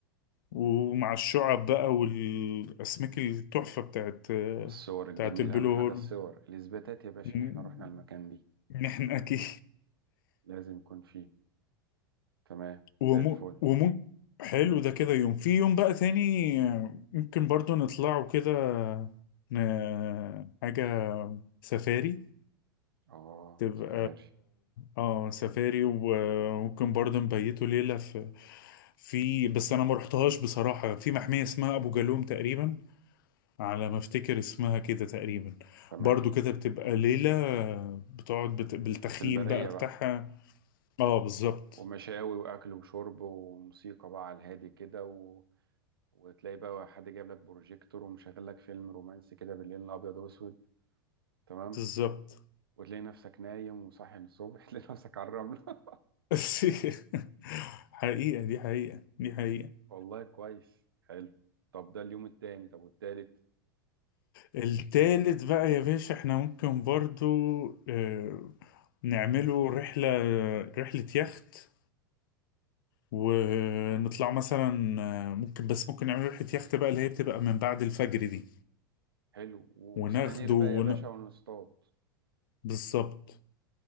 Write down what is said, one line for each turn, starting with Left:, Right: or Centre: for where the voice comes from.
Left: ومع الشعب بقى والاسماك التحفة بتاعت
Right: والصور الجميلة
Left: بتاعت البلو
Right: اهم حاجة
Left: هول
Right: الصور الاثباتات يا باشا
Left: م-
Right: ان احنا رحنا المكان دي
Left: نحن اكيد
Right: لازم يكون فيه تمام زي
Left: ومو
Right: الفل
Left: ومو حلو ده كده يوم في يوم بقى تاني ممكن برضو نطلعوا كده ن- حاجة سفاري
Right: اه
Left: تبقى
Right: سفاري
Left: اه سفاري وممكن برضه نبيته ليلة في في بس انا ما رحتهاش بصراحة في محمية اسمها ابو جالوم تقريبا على ما افتكر اسمها كده تقريبا
Right: تمام
Left: برضه كده بتبقى ليلة بتقعد بت... بالتخييم
Right: في البرية
Left: بقى بتاعها
Right: بقى
Left: اه بالظبط
Right: ومشاوي واكل وشرب وموسيقى بقى على الهادي كده و... وتلاقي بقى حد جايب لك بروجيكتور ومشغل لك فيلم رومانسي كده بالليل الابيض واسود تمام
Left: بالظبط
Right: وتلاقي نفسك نايم وصاحي من الصبح <laughs> تلاقي نفسك على الرملة
Left: <laughs> حقيقة دي حقيقة دي حقيقة
Right: <laughs> والله كويس حلو طب ده اليوم التاني طب والتالت
Left: التالت بقى يا باشا احنا ممكن برضو آه، نعمله رحلة رحلة يخت ونطلع
Right: آه
Left: مثلا آه، ممكن بس ممكن نعمل رحلة يخت بقى اللي هي بتبقى من بعد الفجر دي
Right: حلو وسنانير
Left: وناخده
Right: بقى
Left: ون...
Right: يا باشا ونصطاد
Left: بالظبط